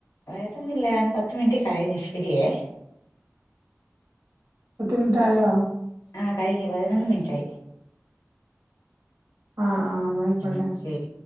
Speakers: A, on the left; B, on the right.
A: വേറെന്നില്ല പത്ത് മിനിറ്റ് കഴിഞ്ഞു ശരിയേ
B: പത്ത് മിനിറ്റ് ആയോ
A: ആഹ് കഴിഞ്ഞ് പതിനൊന്ന് മിനിറ്റായി
B: ആഹ് ആഹ് ആയിക്കോട്ടെ
A: ഉം ശരി